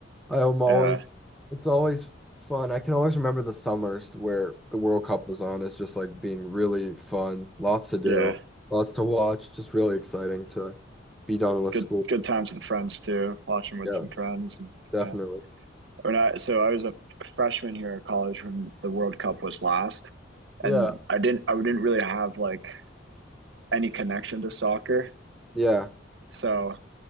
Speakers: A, in the centre; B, on the right.
A: I'm always,
B: yeah,
A: it's always fun. I can always remember the summers where the World Cup was on. It's just like being really fun, lots to do,
B: yeah.
A: lots to watch, just really exciting to be done with
B: Good
A: school.
B: good times with friends too. Watching with
A: Yeah,
B: some friends and.
A: definitely.
B: yeah. When I so I was a freshman here at college when the World Cup was last,
A: Yeah,
B: and I didn't I didn't really have like any connection to soccer,
A: yeah.
B: so